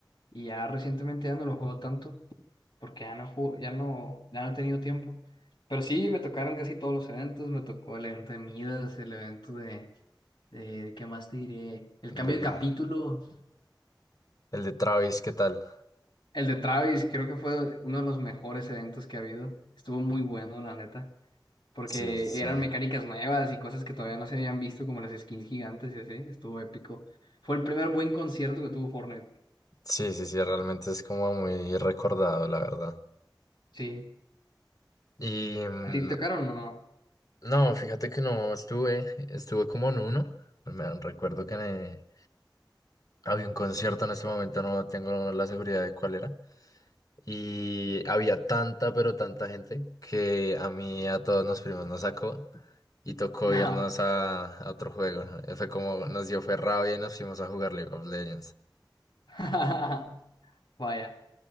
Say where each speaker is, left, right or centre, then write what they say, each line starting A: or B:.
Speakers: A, on the left; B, on the left.
A: y ya recientemente ya no lo juego tanto porque ya no juego, ya no, ya no he tenido tiempo. Pero sí, me tocaron casi todos los eventos, me tocó el evento de Midas, el evento de, de ¿qué más te diré? El cambio
B: El de,
A: de capítulo
B: el de Travis, ¿qué tal?
A: El de Travis creo que fue uno de los mejores eventos que ha habido. Estuvo muy bueno, la neta, porque
B: Sí, sí, sí.
A: eran mecánicas nuevas y cosas que todavía no se habían visto, como las skins gigantes y así. Estuvo épico. Fue el primer buen concierto que tuvo Fortnite.
B: Sí, sí, sí, realmente es como muy recordado, la verdad.
A: Sí.
B: Y mm,
A: ¿A ti te tocaron o no?
B: no, fíjate que no estuve, estuve como en uno. Me recuerdo que en, eh, había un concierto en este momento, no tengo la seguridad de cuál era. Y había tanta, pero tanta gente que a mí, y a todos los primos nos sacó y tocó
A: No.
B: irnos a, a otro juego. Eh, Fue como nos dio fue rabia y nos fuimos a jugar League of Legends.
A: <laughs> Vaya.